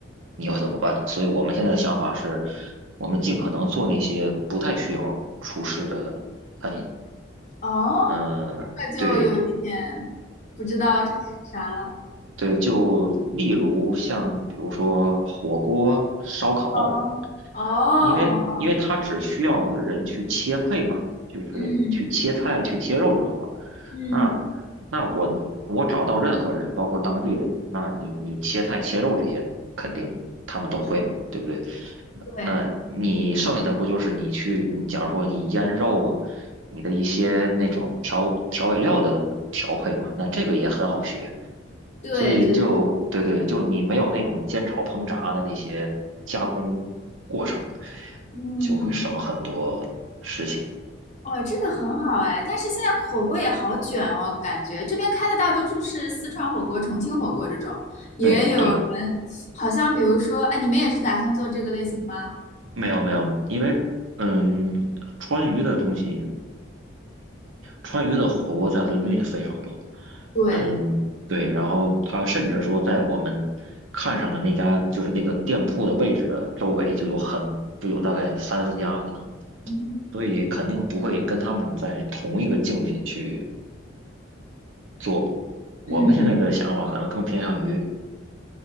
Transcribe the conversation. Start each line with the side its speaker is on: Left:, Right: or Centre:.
Right: 你会怎么办？所以我们现在的想法是，我们尽可能做那些不太需要厨师的餐饮。
Left: 哦，
Right: 嗯，
Left: 那就有一点
Right: 对
Left: 不知道啥了。
Right: 对，就例如像比如说火锅、烧烤。
Left: 哦哦哦，
Right: 因为因为它只需要人去切配嘛，就是去切菜、
Left: 嗯。
Right: 去切肉就好了。
Left: 嗯，
Right: 那那我我找到任何人，包括当地人，那你你切菜切肉这些肯定他们都会嘛，对不对？那你剩下的不就是你去，
Left: 对
Right: 你假如说你腌肉啊，你的一些那种调调味料的调配嘛，那这个也很好学。
Left: 对对对，
Right: 所以就对对，就你没有那种煎炒烹炸的那些加工过程，
Left: 嗯，
Right: 就会省很多事情。
Left: 哦，这个很好哎，但是现在火锅也好卷哦，感觉这边开的大多数是四川火锅、重庆火锅这种，也有人好像比如说，
Right: 对对，
Left: 哎，你们也是打算做这个类型吗？
Right: 没有没有，因为嗯，川渝的东西，川渝的火锅在伦敦也非常多。
Left: 对，
Right: 嗯，对，然后他甚至说，在我们看上的那家就是那个店铺的位置的周围，就有很就有大概三四家可能，
Left: 嗯
Right: 所以肯定不会跟他们在同一个竞品去做。我们现在的想法可能更偏向于，
Left: 嗯，